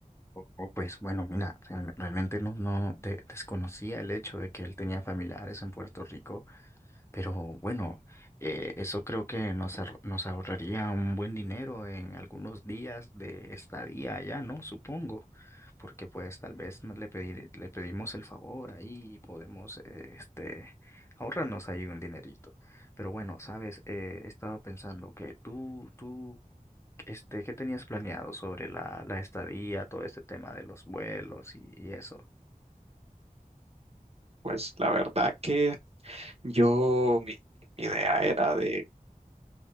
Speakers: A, on the left (about 20°); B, on the right (about 45°).
A: o, pues bueno, mira, realme- realmente no, no de- desconocía el hecho de que él tenía familiares en Puerto Rico. Pero bueno, eh, eso creo que nos, ahor- nos ahorraría un buen dinero en algunos días de estadía allá, ¿no? Supongo, porque pues tal vez nos le pedir- le pedimos el favor ahí y podemos eh, este, ahorrarnos ahí un dinerito. Pero bueno, sabes, Eh, he estado pensando que tú, tú, este, ¿qué tenías planeado sobre la, la estadía, todo este tema de los vuelos y y eso?
B: Pues la verdad que yo, mi, mi idea era de